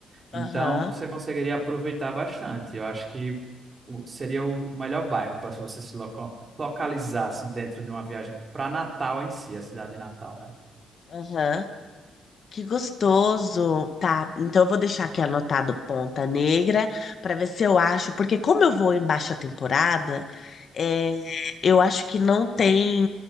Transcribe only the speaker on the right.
Então,
você conseguiria aproveitar bastante. Eu acho que o- seria o melhor bairro para se você se loco- localizar assim, dentro de uma viagem para Natal em si, a cidade de Natal, né?